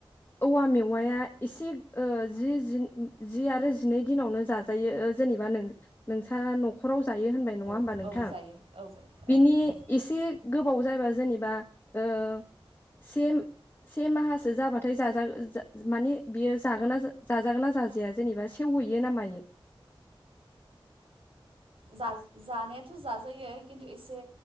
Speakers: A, on the left; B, on the right.
A: औवा मेवाया एसे ओ जि-जि-जि आरो जिनै दिनावनो जाजायो ओ जेनेबा नों-नोंसा नखराव जायो होनबाय नङा
B: औ
A: होमबा नोंथां
B: औ जायो औ
A: बेनि
B: औ औ
A: इसे गोबाव जायबा जेनेबा ओ <unintelligible> से माहासो जाबाथाय जाजा-जा माने बियो जागोन ना जा-जाजागोन ना जाजाया जेनेबा सेवहैयो ना मायो
B: जाज जानायाथ जाजायो खिन्थु एसे